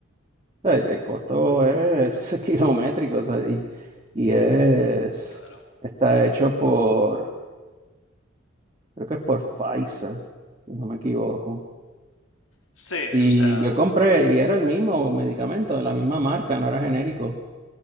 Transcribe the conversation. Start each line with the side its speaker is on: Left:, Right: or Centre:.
Right: el, el costo es <laughs> kilométrico, o sea, y, y es,
Left: claro.
Right: está hecho por, creo que es por Pfizer, si no me equivoco.
Left: Sí,
Right: Y
Left: o sea...
Right: yo compré, y era el mismo medicamento, de la misma marca, no era genérico.